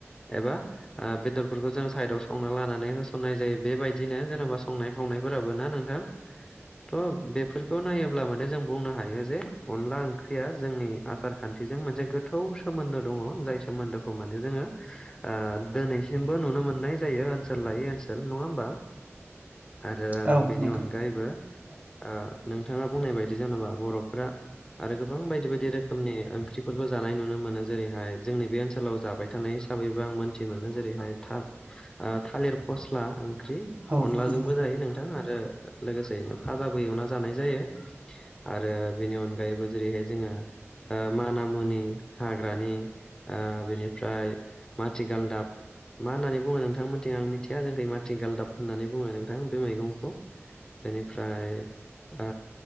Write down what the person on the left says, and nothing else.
एबा ओ बेदरफोरखौ जों साइदाव संना लानानै होसननाय जायो बेबायदिनो जेन'बा संनाय खावनाय फोराबो ना नोंथां थ' बेफोरखौ नायोब्ला माने जों बुंनो हायो जे अनला ओं ख्रिया जोंनि आसार खान्थिजों मोनसे गोथौ सोमोन्दो दङ जाय सोमोन्दोखौ माने जोङो ओ दिनैसिमबो नुनो मोननाय जायो ओनसोल लायै ओनसोल नङा होमबा आरो
बेनि अनगायैबो ओ नोंथाङा बुंनाय बाय दि जेनेबा बर'फोरा आरो गोबां बायदि बायदि रोखोमनि ओंख्रिफोरखौ जानाय नुनो मोनो जेरैहाय जोंनि बे ओनसोलाव जाबाय थानाय हिसाबै बो आं मोनथि मोनो जेरैहाय था थालिर फस्ला ओंख्रि
अनलाजोंबो
जायो नोंथाङा आरो लोगोसेयैनो फाजाबो एवना जानाय जायो आरो बेनि अनगायैबो जेरैहाय जोङो ओ मानि मुनि हाग्रानि ओ बेनिफ्राय माथि गालदाब मा होननानै बुङो नोंथांमोनथिं आं मिथिया जोंखै माथि गालदाब होननानै बुङो नोंथां बे मैगंखौ बेनिफ्राय ओ